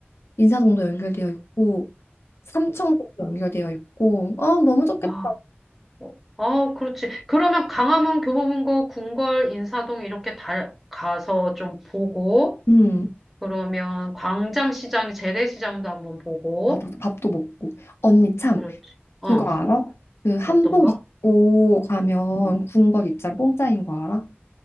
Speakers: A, on the left (about 75°); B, in the centre.
A: 인사동도 연결되어 있고, 삼청동도 연결되어 있고, 아, 너무 좋겠다.
B: 아, 어, 어, 그렇지. 그러면 강화문, 교보문고, 궁궐, 인사동 이렇게 다 가서 좀 보고,
A: 음,
B: 그러면 광장시장, 재래시장도 한번 보고,
A: 맞아, 밥도 먹고. 언니 참,
B: 그렇지. 어,
A: 그거 알아? 그 한복
B: 어떤가?
A: 입고 가면 군걸 입장 공짜인 거 알아?